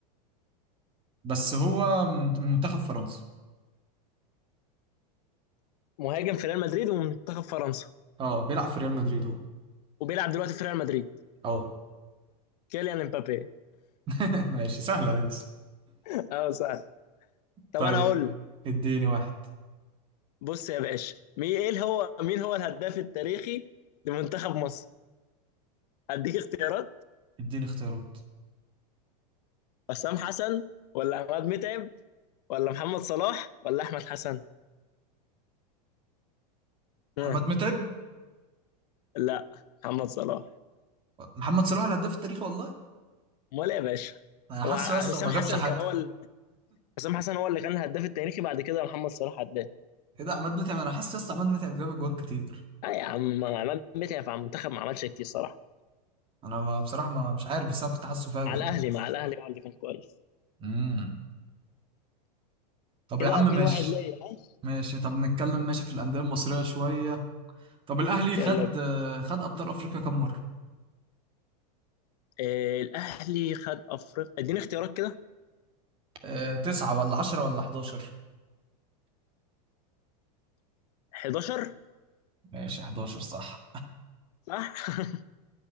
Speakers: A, on the right; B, on the left.
A: بس هو من من منتخب فرنسا
B: مهاجم في ريال مدريد ومنتخب فرنسا
A: اه بيلعب في ريال مدريد هو
B: وبيلعب دلوقتي في ريال مدريد
A: اه
B: كيليان امبابي
A: <laughs> ماشي سهلة دي اصلا
B: <laughs> اه سهل طب
A: طيب
B: انا اقول لك
A: اديني واحد
B: بص يا باشا مين ايه هو مين هو الهداف التاريخي لمنتخب مصر اديك اختيارات
A: اديني اختيارات
B: حسام حسن ولا عماد متعب ولا محمد صلاح ولا احمد حسن ها
A: احمد متعب
B: لا محمد صلاح
A: محمد صلاح الهداف التاريخي والله
B: امال ايه يا باشا
A: انا حاسه
B: هو ع-
A: لسه
B: حسام
A: ما جابش
B: حسن
A: حاجه
B: كان هو حسام حسن هو اللي كان الهداف التاريخي بعد كده محمد صلاح هداف
A: ايه ده عماد متعب انا حاسس لسه عماد متعب جاب اجوان كتير
B: اه يا عم ما- عماد متعب مع المنتخب ما عملش كتير صراحه
A: انا ما بصراحه ما مش عارف بس انا كنت حاسه فاجر
B: على
A: يعني
B: الاهلي مع الاهلي هو اللي كان كويس
A: امم طب
B: كده
A: يا عم
B: 2-1
A: ماشي
B: ليا ها
A: ماشي طب نتكلم ماشي في الانديه المصريه شويه طب الاهلي خد
B: يلا بينا
A: خد ابطال افريقيا كام مره
B: آه الاهلي خد افريقيا اديني اختيارات كده
A: آه، تسعة ولا عشرة ولا 11
B: 11
A: ماشي 11 صح
B: صح <laughs>